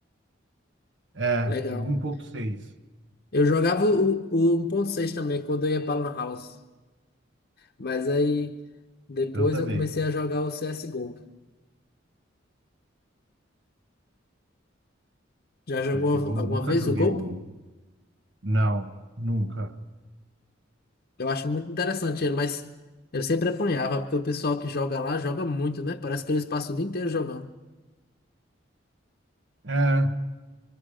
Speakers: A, on the right; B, on the left.
A: É,
B: Legal.
A: o um ponto seis.
B: Eu jogava o, o um ponto seis também, quando eu ia para Lan House. Mas aí, depois
A: Eu também.
B: eu comecei a jogar o CSGO. Já jogou
A: CSGO,
B: alguma
A: nunca
B: vez
A: joguei
B: o Go?
A: o Não, nunca.
B: Eu acho muito interessante ele, mas eu sempre apanhava, porque o pessoal que joga lá joga muito, né? Parece que eles passam o dia inteiro jogando.
A: É,